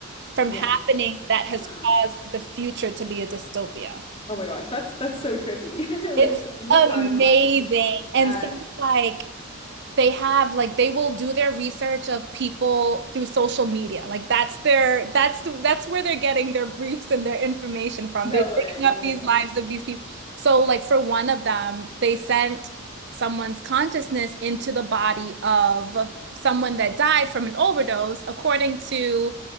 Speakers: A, on the right; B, on the left.
A: from
B: Yeah.
A: happening that has
B: Wow.
A: caused the future to be a dystopia.
B: Oh my gosh, that's that's so trippy. <laughs> Like
A: It's
B: playing with
A: amazing.
B: timelines.
A: And
B: Yes.
A: things like they have like they will do their research of people through social media. Like that's their that's that's where they're getting their briefs and their information from.
B: No
A: They're
B: way.
A: picking up
B: Oh my
A: these
B: gosh.
A: lives of these people. So like for one of them, they sent someone's consciousness into the body of someone that died from an overdose. According to